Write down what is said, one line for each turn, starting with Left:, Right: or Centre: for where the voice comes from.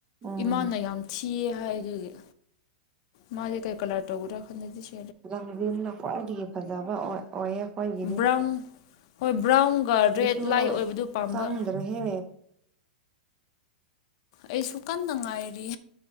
Right: ꯎꯝ
Left: ꯏꯃꯥꯅꯌꯥꯝ ꯊꯤ ꯊꯤꯌꯦ ꯍꯥꯏꯗꯨꯒꯤ ꯃꯥꯒꯤ ꯀꯩ ꯀꯂꯥꯔ ꯇꯧꯕꯔꯥ ꯈꯟꯗꯗꯤ ꯁꯤ
Right: ꯂꯥꯡꯖꯤꯟꯅ ꯈ꯭ꯋꯥꯏꯗꯒꯤ ꯐꯖꯕ ꯑꯣꯏꯌꯦ ꯑꯩꯈꯣꯏꯒꯤꯗꯤ
Left: ꯕ꯭ꯔꯥꯎꯟ ꯍꯣꯏ ꯕ꯭ꯥꯎꯟꯒ ꯔꯦꯠ
Right: ꯇꯣ
Left: ꯂꯥꯏꯠ ꯑꯣꯏꯕꯗꯨ ꯄꯥꯝꯕ
Right: ꯆꯥꯡꯗ꯭ꯔꯦ ꯍꯦ
Left: ꯑꯩꯁꯨꯨ ꯀꯥꯟꯅꯉꯥꯏꯔꯤ